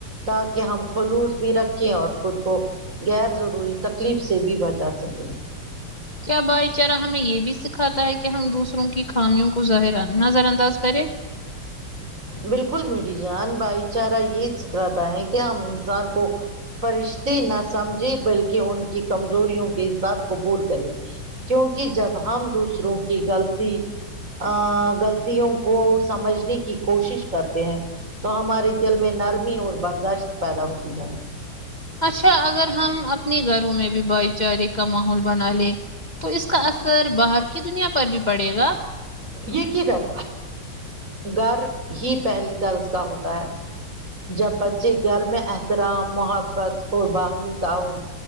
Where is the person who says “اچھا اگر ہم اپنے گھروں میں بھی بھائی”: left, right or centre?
Left